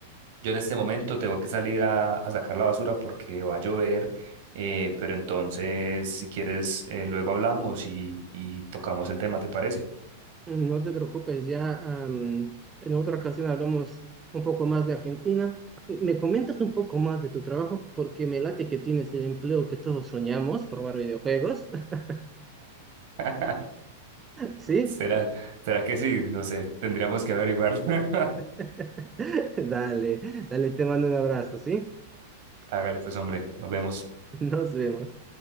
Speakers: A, on the right; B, on the right.
A: yo en este momento tengo que salir a, a sacar la basura porque va a llover. eh, pero entonces, si quieres, eh, luego hablamos y, y tocamos el tema, ¿te parece?
B: No te preocupes, ya am, en otra ocasión hablamos un poco más de Argentina. ¿Me comentas un poco más de tu trabajo? Porque me late que tienes el empleo que todos soñamos, probar videojuegos. <laughs>
A: <laughs>
B: ¿Sí?
A: ¿Será, será que sí? No sé, tendríamos que averiguar. <laughs>
B: <laughs> Dale, dale, te mando un abrazo, ¿sí?
A: Hágale pues, hombre, nos vemos.
B: Nos vemos.